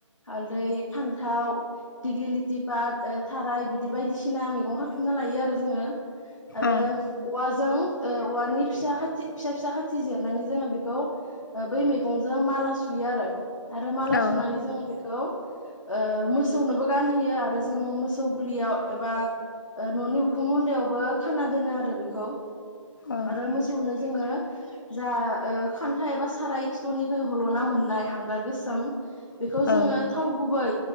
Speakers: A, on the left; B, on the left.
A: हालदै फान्थाव दिग्लिलिथि बाद थाराय बिदि बायदिसिना मैगं खाथुमना लायो आरो जोङो आरो
B: औ
A: औवाजों ओ औवानि फिसा खाथि फिसा फिसा खाथि जिरनानै जोङो बेखौ ओ बै मैगंजों माला सुयो आरो। आरो माला
B: औ
A: सुनानै जोङो बेखौ ओ मोसौनोबो गानहोयो आरो जों मोसौ गुलियाव एबा ओ न'नि उखुम मुन्दायावबो खाना दोनो आरो बेखौ
B: औ
A: आरो मोसौनो जोङो जा ओ खान्था एबा साराय खिथुनिफ्राय हल'ना मोननाय हांगार गोसोम बेखौ
B: औ
A: जोङो थाव गुबै